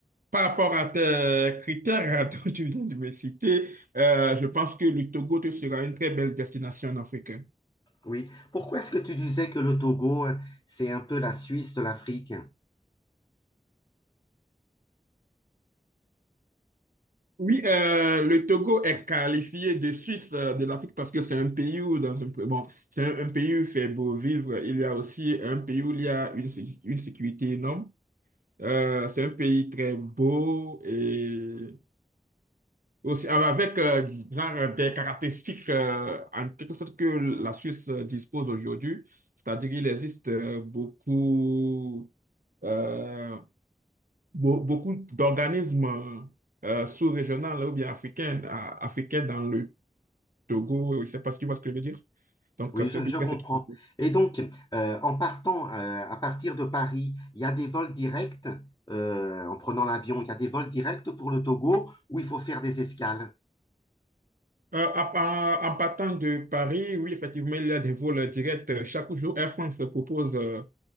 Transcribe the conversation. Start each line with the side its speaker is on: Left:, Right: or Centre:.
Right: par rapport à tes critères <laughs> dont tu viens de me citer, euh, je pense que le Togo te sera une très belle destination en Afrique.
Left: Oui. Pourquoi est-ce que tu disais que le Togo, hein, c'est un peu la Suisse de l'Afrique?
Right: Oui, euh, le Togo est qualifié de Suisse euh, de l'Afrique parce que c'est un pays où dans un bon, c'est un, un pays où il fait beau vivre. Il y a aussi un pays où il y a une, sé- une sécurité énorme. Euh, c'est un pays très beau et aussi euh, avec euh, genre des caractéristiques euh, en quelque sorte que la Suisse euh, dispose aujourd'hui. C'est-à-dire qu'il existe euh, beaucoup. euh, be- beaucoup d'organismes euh, euh, sous-régionaux là, ou bien africains, à- africains dans le Togo. Je ne sais pas si tu vois ce que je veux dire. Donc,
Left: Oui,
Right: euh, c'est
Left: je,
Right: un pays
Left: je
Right: très
Left: comprends.
Right: sécurisé.
Left: Et donc, euh, en partant euh, à partir de Paris, il y a des vols directs, euh, en prenant l'avion, il y a des vols directs pour le Togo où il faut faire des escales.
Right: Euh, à part- en, partant de Paris, oui, effectivement, il y a des vols directs euh, chaque jour. Air France propose euh,